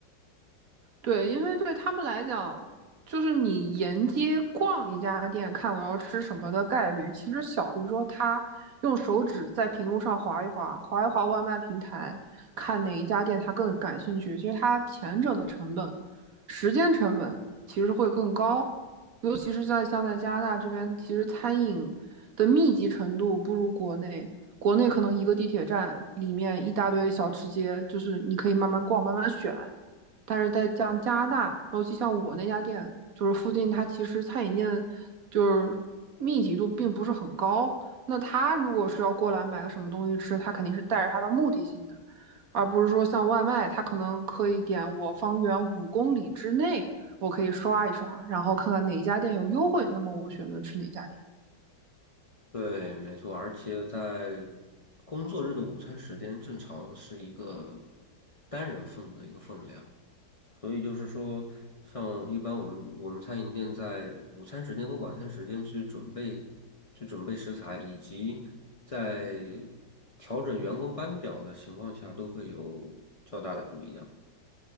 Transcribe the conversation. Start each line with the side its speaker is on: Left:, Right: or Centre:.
Right: 对，因为对他们来讲，就是你沿街逛一家店，看我要吃什么的概率，其实小于说他用手指在屏幕上划一划，划一划外卖平台，看哪一家店他更感兴趣。其实他前者的成本、时间成本其实会更高，尤其是在像在加拿大这边，其实餐饮的密集程度不如国内。国内可能一个地铁站里面一大堆小吃街，就是你可以慢慢逛、慢慢选。但是在像加拿大，尤其像我那家店，就是附近它其实餐饮店就是密集度并不是很高。那他如果是要过来买个什么东西吃，他肯定是带着他的目的性的，而不是说像外卖，他可能可以点我方圆五公里之内，我可以刷一刷，然后看看哪一家店有优惠，那么我选择去哪家店。
Left: 对，没错，而且在工作日的午餐时间正常是一个单人份的一个分量，所以就是说，像一般我们我们餐饮店在午餐时间和晚餐时间去准备去准备食材，以及在调整员工班表的情况下，都会有较大的不一样。